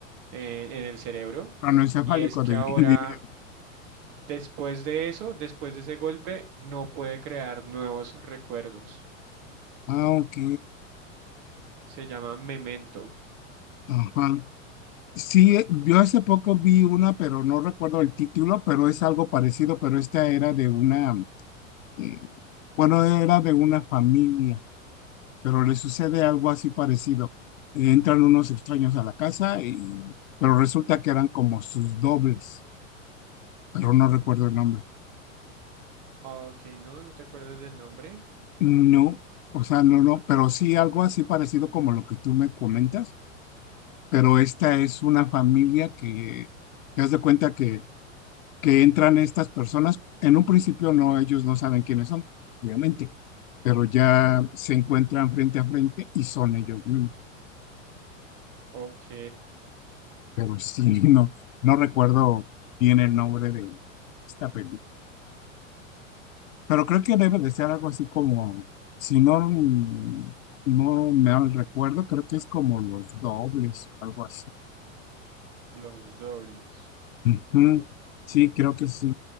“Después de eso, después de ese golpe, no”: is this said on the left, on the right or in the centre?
Right